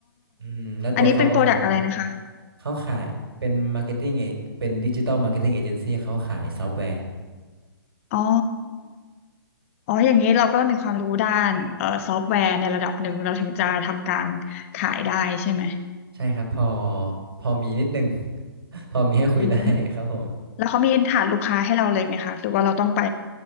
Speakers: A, on the right; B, on the left.
A: อืมแล้วตัวเขาก็อยู่
B: อันนี้เป็นโปรดักต์อะไรนะคะ
A: เขาขายเป็นมาร์เก็ตติ้งเป็นดิจิ t a ลมาร์เก็ตติ้งเอเจนซี่เขาขายซอฟต์แวร์
B: อ๋ออ๋ออย่างนี้เราก็ต้องมีความรู้ด้านเอ่อซอฟต์แวร์ในระดับหนึ่งเราถึงจะทำการขายได้ใช่ไหม
A: ใช่ครับพอพอมีนิดนึง <laughs> พอมีให้คุยได้ครับผม
B: อืมแล้วเขามีฐานลูกค้าให้เราเลยไหมคะ หรือว่าเราต้องไป